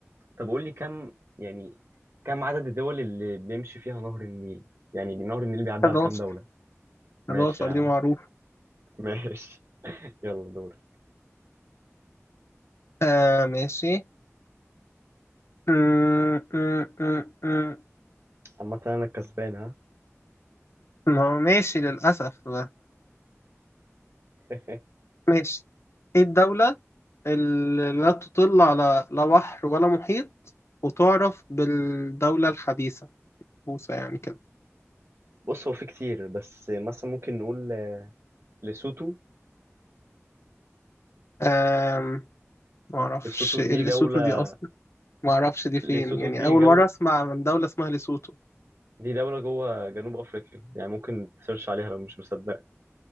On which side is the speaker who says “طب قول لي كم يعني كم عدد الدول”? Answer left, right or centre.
Right